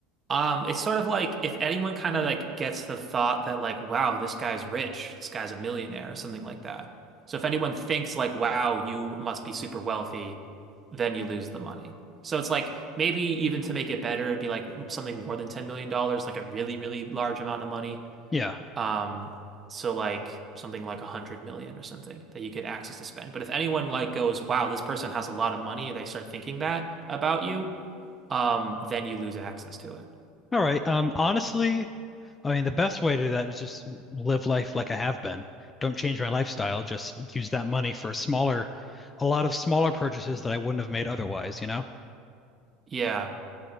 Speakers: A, on the right (about 25°); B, on the left (about 20°).
A: Um, it's sort of like if anyone kind of like gets the thought that like, wow, this guy's rich, this guy's a millionaire, or something like that. So if anyone thinks like, wow, you must be super wealthy, then you lose the money. So it's like maybe even to make it better, it'd be like something more than $10 million, dollars, like a really, really large amount of money.
B: Yeah.
A: Um, so like something like a hundred million or something that you get access to spend. But if anyone like goes, wow, this person has a lot of money, and they start thinking that about you, um, then you lose access to it.
B: All right. Um, honestly, I mean, the best way to do that is just live life like I have been. Don't change my lifestyle. Just use that money for smaller, a lot of smaller purchases that I wouldn't have made otherwise, you know?
A: Yeah,